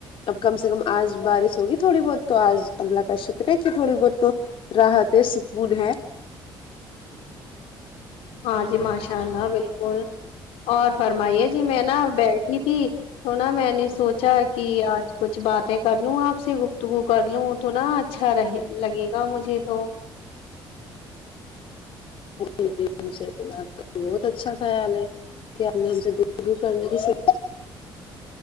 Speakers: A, on the left; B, on the left.
A: اب کم سے کم آج بارش ہوگی تھوڑی بہت تو آج اللہ کا شکر ہے کہ تھوڑی بہت تو راحت ہے سکون ہے
B: ہاں جی ماشاء اللہ بالکل اور فرمائیے جی میں نا بیھ تی تونا میں نے سوچا کہ آج کچھ باتیں کر لوں آپ سے گفتگو کر لوں تو نہا اچھا رہے لگے گا مجھے تو
A: <unintelligible> بوہت اچھا خیال ہے کی اپنے مجھسے گفتگو کرنے سے